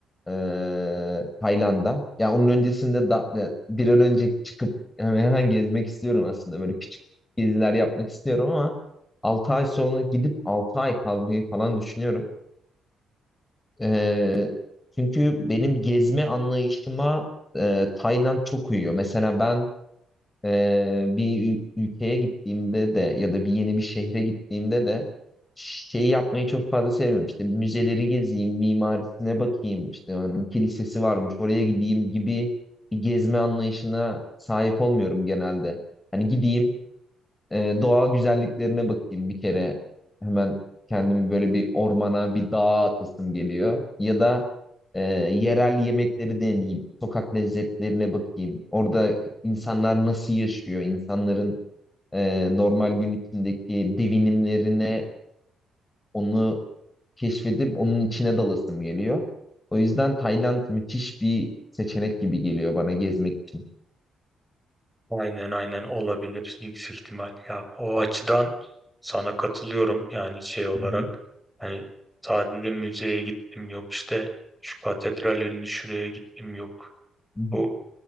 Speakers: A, on the left (about 15°); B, in the centre.
A: E, Tayland'a. Ya onun öncesinde da, da bir an önce çıkıp yani hemen gezmek istiyorum aslında. Böyle küçük geziler yapmak istiyorum ama 6 ay sonra gidip 6 ay kalmayı falan düşünüyorum. Ee, çünkü benim gezme anlayışıma e, Tayland çok uyuyor. Mesela ben e, bir ül- ülkeye gittiğimde de ya da bir yeni bir şehre gittiğimde de şeyi yapmayı çok fazla sevmiyorum. İşte müzeleri gezeyim, mimarisine bakayım, işte onun kilisesi varmış, oraya gideyim gibi bir gezme anlayışına sahip olmuyorum genelde. Hani gideyim, e, doğal güzelliklerine bakayım bir kere. Hemen kendimi böyle bir ormana, bir dağa atasım geliyor. Ya da e, yerel yemekleri deneyeyim. Sokak lezzetlerine bakayım. Orada insanlar nasıl yaşıyor? İnsanların e, normal gün içindeki devinimlerine onu keşfedip onun içine dalasım geliyor. O yüzden Tayland müthiş bir seçenek gibi geliyor bana gezmek için.
B: Aynen aynen olabilir yüksek ihtimal. Ya o açıdan sana katılıyorum yani şey olarak
A: Hı hı.
B: hani sadece müzeye gittim yok işte şu katedral ünlü şuraya gittim yok
A: Hı hı.
B: bu